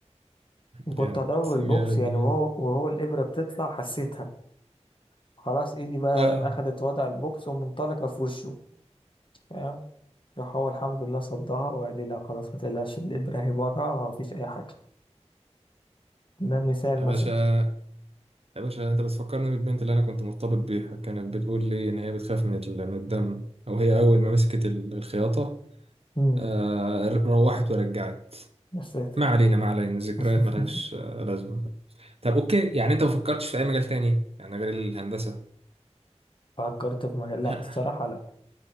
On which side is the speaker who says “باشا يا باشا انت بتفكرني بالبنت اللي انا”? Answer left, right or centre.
Right